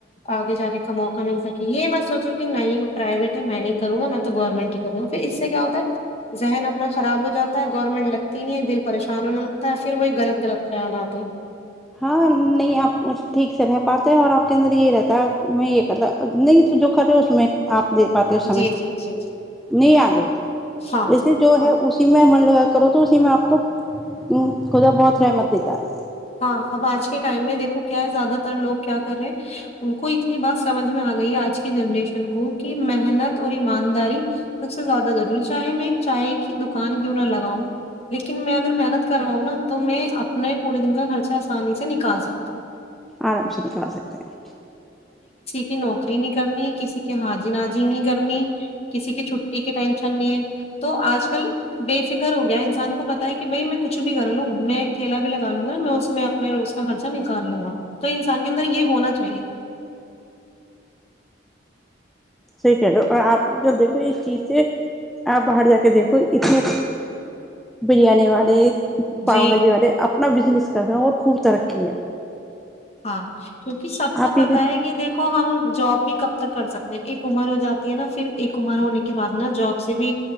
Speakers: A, on the left; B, in the centre.
A: آگے جانے کا موقع مل سکے یہ میں سوچوں کہ نہیں پرائیویٹ ہے میں نہیں کروں گا میں تو گورنمنٹ ہی کروں گا پھر اس سے کیا ہوتا ہے ذہن اپنا خراب ہو جاتا ہے گورنمنٹ لگتی نہیں ہے دل پریشان ہونے لگتا ہے پھر وہی غلط غلط خیالاتتے ہیں
B: ہاں نہیں آپ ٹھیک سے رہ پاتے ہیں اور آپ کے اندر یہ رہتا ہے میں یہ کرتا نہیں جو کر رہے اس میں آپ د پاتے ہو سمے
A: جی جی جی جی
B: نہیں آ گئے
A: ہاں
B: ویسے جو ہے اسی میں من لگا کرو تو اسی میں آپ کو ہ خدا بہت رحمت دیتا ہے
A: ہاں اب آج کے ٹائم میں دیکھو کیا ہے زیادہ تر لوگ کیا کر رہے ہیں ان کو اتنی بات سمجھ میں آ گئی آج کی جنریشن کو کہ محنت اور ایمانداری سب سے زیادہ ضروری چاہے میں ایک چائے کی دکان کیوں نہ لگاؤں لیکن میں اگر محنت کر رہاؤں نا تو میں اپنےور نے دن کا خرچہ آسانی سے نکال سکتا ہوں
B: آرام سے نکال سکتے ہیں
A: کہ نوکری نہیں کرنی کسی کے حاجی ناجی نہیں کرنی کسی کی چھٹی کی ٹینشن نہیں ہے تو آج کل بے فکر ہو گیا انسان کو پتا ہے کہ بائی میں کچھ بھی کر لوں میں ایک ٹھیلا بھی لگ الوں گا میں اس میں اپنے روز کا خرچہ نکال لوں گا تو انسان کے اندر یہ ہونا چاہیے
B: صحیح کہہ رہو اور آپ جب دیکھو اس چیز سے آپ باہر جا کے دیکھو اتنے بریانی والے پاؤ
A: جی
B: باجی والے اپنا بزنس کر رہے اور خوب ترقی ہے
A: ہاں کیونکہ سب کو
B: آپ یہ
A: پتا ہے کہ دیکھو ہم جاب بھی کب تک کر سکتے ہیں ایک عمر ہو جاتی ہے نا پھر ایک عمر ہونے کے بعد نا جاب سے بھی